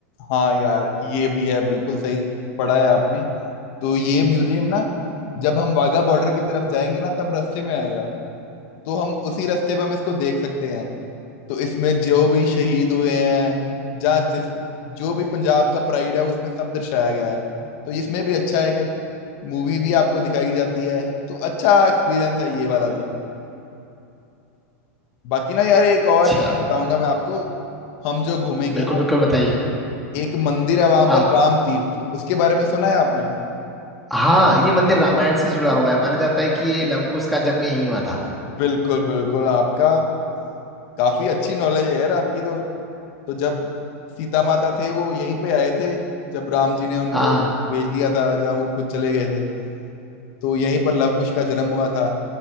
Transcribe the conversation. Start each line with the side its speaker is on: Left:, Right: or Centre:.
Left: हाँ यार ये भी है बिल्कुल सही पढ़ा है आपने तो ये म्यूजियम ना जब हम वाघा बॉर्डर की तरफ जाएंगे ना तब रास्ते में आएगा तो हम उसी रास्ते में हम इसको देख सकते हैं तो इसमें जो भी शहीद हुए हैं जहाँ जिस जो भी पंजाब का प्राइड है उसमें सब दर्शाया गया है तो इसमें भी अच्छा है कि मूवी भी आपको दिखाई जाती है तो अच्छा एक्सपीरियंस है ये वाला भी बाकी ना यार एक और
Centre: अच्छा
Left: चीज बताऊंगा मैं आपको हम जो घूमेंगे
Centre: बिल्कुल
Left: ना
Centre: बिल्कुल बताइए
Left: एक मंदिर है वहां
Centre: हाँ
Left: पर राम तीर्थ उसके बारे में सुना है आपने
Centre: हाँ ये मंदिर रामायण से जुड़ा हुआ है माना जाता है कि ये लव कुश का जन्म यहीं हुआ था
Left: बिल्कुल बिल्कुल आपका काफी अच्छी नॉलेज है यार आपकी तो तो जब सीता माता थे वो यहीं पे आए थे जब राम जी ने उनको
Centre: हाँ
Left: भेज दिया था जहाँ वो खुद चले गए थे तो यहीं पर लवकुश का जन्म हुआ था